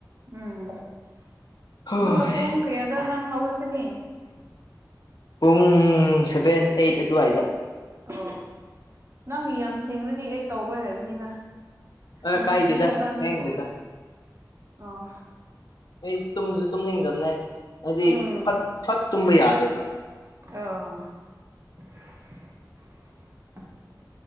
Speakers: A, on the right; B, on the left.
A: ꯎꯝ
B: ꯍꯣꯏ
A: ꯑꯗꯨꯒ ꯄꯨꯡ ꯀꯌꯥꯗ ꯅꯪ ꯍꯧꯒꯠꯀꯅꯤ
B: ꯄꯨꯡ ꯁꯚꯦꯟ ꯏꯥꯠ ꯑꯗꯨꯋꯥꯏꯗ
A: ꯑꯣ ꯅꯪꯒꯤ ꯌꯥꯝ ꯊꯦꯡꫪꯗꯤ ꯑꯩ ꯇꯧꯔꯣꯏ ꯍꯥꯏꯕꯅꯤꯗ
B: ꯑ
A: ꯅꯨꯡꯁꯤꯌꯦꯕ
B: ꯀꯥꯏꯗꯦꯗ
A: ꯅꯣꯏꯕꯨ
B: ꯊꯦꯡꯗꯦꯗ
A: ꯑꯣ
B: ꯑꯩ ꯇꯨꯝꯁꯨ ꯇꯨꯝꯅꯤꯡꯗꯕꯅꯦ ꯍꯥꯏꯗꯤ
A: ꯎꯝ
B: ꯐꯠ ꯐꯠ ꯇꯨꯝꯕ ꯌꯥꯗꯦꯕ
A: ꯑꯣ